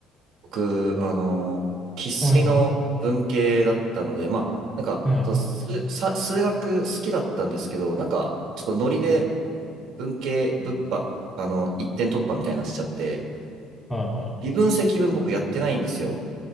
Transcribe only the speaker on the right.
僕、あの、生粋の文系だったので、
まあ、なんか、
そう数、さ数学好きだったんですけど、なんか、ちょっとノリで文系、物破、あの、一点突破みたいなのしちゃって、
微分積分僕やってないんですよ。